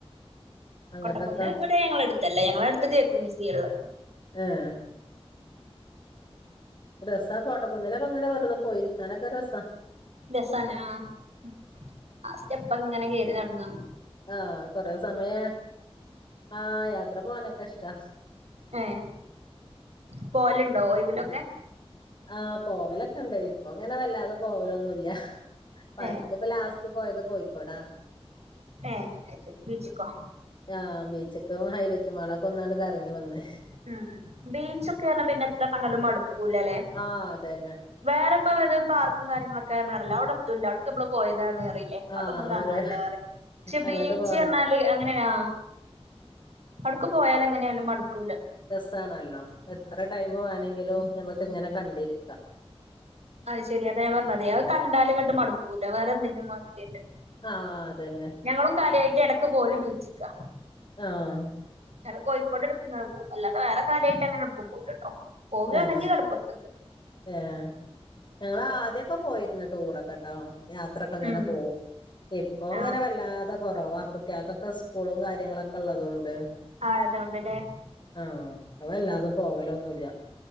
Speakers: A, on the left; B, on the right.
A: അങ്ങോട്ടൊക്കെ
B: കൊട്ടക്കുന്ന് ഇവിടെ ഞങ്ങളടുത്തല്ല ഞങ്ങളെടുത്ത് തേക്ക് മ്യൂസിയാള്ളെ
A: ഏഹ് രസ കോട്ടക്കുന്നിലൊക്കെങ്ങനെ വെർതെ പോയിരിക്കാനൊക്കെ രസ
B: രസാണ് ആഹ് സ്റ്റെപ്പങ്ങനെ കേറി നടന്ന
A: ആഹ് കൊറെ സമയ ആഹ് യാത്ര പോവാനൊക്കെ ഇഷ്ടാ
B: ഏഹ് പോവലിണ്ടോ ഒയ് വിലൊക്കെ
A: ആഹ് പോവലൊക്കെണ്ട് ഇപ്പൊങ്ങനെ വല്ലാതെ പോവലൊന്നുല്ല്യ പ്പട്ത്ത്പ്പ
B: ഏ
A: ലാസ്റ്റ് പോയത് കോഴിക്കോടാ
B: ഏ അയ്ശരി ബീച്ച്ക്കോ
A: ആഹ് ബീച്ച്ക്കും ഹൈലൈറ്റ് മാളൊക്കൊന്നാണ്ട് കറങ്ങി വന്ന്
B: ഉം ബീച്ചൊക്കെർഞ്ഞ പിന്നെ എത്രകണ്ടാലും മടുക്കൂല ല്ലെ
A: ആഹ് അതെന്നെ
B: വേറെ ഇപ്പം ഇള്ളെത് പാർക്കും കാര്യങ്ങളൊക്കെ നമ്മെൾ ആണല്ലോ അയുടെ എത്തും ഇല്ലാ അയുട്ക്ക് നമ്മെൾ പോയതാണ് പറിം ല്ലാ
A: ആഹ്
B: അയുടൊന്നും കാണാ
A: ഒര്
B: ഇല്ലാ പറിം പക്ഷെ
A: അങ്ങട്ട്
B: ബീച്ച്
A: പോ
B: പർണാൽ അങ്ങനെയ്നോ? അടുക്ക് പോയാൽ എങ്ങനെ ആയാലും മട്ക്കൂലാ
A: ത് ആണല്ലോ എത്ര ടൈം വേണെങ്കിലും ഞമ്മെക്ക് ഇങ്ങനെ കണ്ട് ഇര്ക്കാം
B: അഹ് ശരി അതാ ഞാൻ പർണതെയ് അഹ് കണ്ടാൽ ഇങ്ങെട്ട് മട്ക്കൂലാ വേറെ എന്റിന്റിം മാതിരി അല്ല അത്
A: ആഹ് അത്‌യെന്നെ
B: ഞങ്ങളും കാര്യായിട്ട് എടക്ക് പോവെൽ ബീച്ച്ക്കാ
A: ആഹ്
B: ഞങ്ങൾ കോഴിക്കോട് എട്ക്ക് ഇങ്ങനെ പോവും അല്ലാതെ വെറെ കാര്യായിട്ട് അങ്ങനെ ഒട്ക്കും പോവുല ട്ടോ പോകാണെങ്കി
A: ഏഹ്
B: കടപ്പൊർത്ത്ക്ക്
A: ഏഹ് ഞങ്ങൾ ആദ്യൊക്കെ പോയിര്ന്ന് ടൂറൊക്കെ ഇട്ടോ യാത്ര ഒക്കെ ഇങ്ങനെ
B: ഉം
A: പോവും ഇപ്പൊ ഇങ്ങനെ
B: ആ
A: വല്ലാതെ കൊറവാ കുട്ടിയാക്കൊക്കെ സ്കൂളും കാര്യങ്ങളൊക്കെ ഇള്ളതോണ്ട്
B: ആഹ് അതോണ്ട് ലെ
A: ആഹ് ഞാ വെല്ലാതെ പോവലൊന്നും ഇല്ല